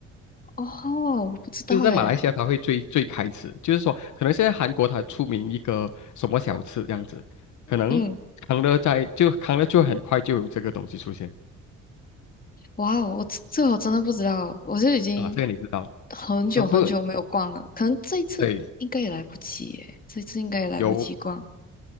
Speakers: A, on the left (about 30°); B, on the left (about 70°).
A: 哦，我不知道诶。
B: 就是在马来西亚，它会最最开始，就是说，可能现在韩国它出名一个什么小吃这样子，可能康乐在就康乐就很快就有这个东西出现
A: 嗯。哇哦，我这这我真的不知道，我是已经
B: 啊，这个你知道了，
A: 很久很久没有逛了，
B: 呃不
A: 可能这一次应该也来不及耶，
B: 对，
A: 这一次应该也来不及逛。
B: 由